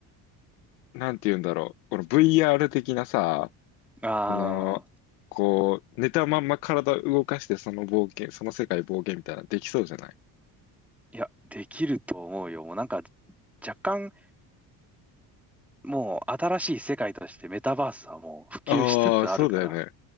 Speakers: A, on the left; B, in the centre.
A: なんて言うんだろう、この VR 的なさ、
B: ああ、
A: あの、こう、寝たまんま体動かしてその冒険、その世界冒険みたいなのできそうじゃない
B: いや、できると思うよ。もうなんか若干、もう新しい世界としてメタバースはもう普及しつつあるから。
A: ああ、そうだよね。